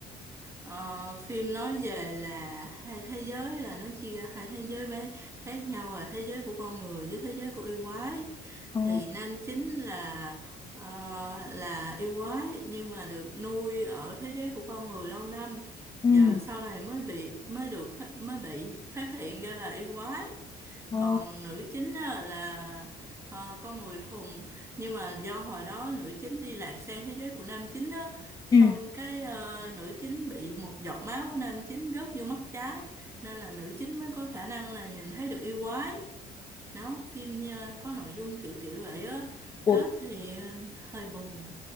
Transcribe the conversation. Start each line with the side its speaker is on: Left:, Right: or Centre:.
Right: Ờ, phim nói về là hai thế giới là nó chia ra hai thế giới bé khác nhau là thế giới của con người với thế giới của yêu quái
Left: Ồ,
Right: thì nam chính là ờ, là yêu quái nhưng mà được nuôi ở thế giới của con người lâu năm
Left: ừ.
Right: và sau này mới bị mới được phát, mới bị phát hiện ra là yêu quái
Left: Ờ,
Right: còn nữ chính á, là ờ, con người thuần nhưng mà do hồi đó nữ chính đi lạc sang thế giới của nam chính á xong
Left: Ừ.
Right: cái ờ, nữ chính bị một giọt máu của nam chính rớt vô mắt trái nên là nữ chính mới có khả năng là nhìn thấy được yêu quái đó phim ờ, có nội dung kiểu kiểu vậy á
Left: Ủa
Right: kết thì ờ, hơi buồn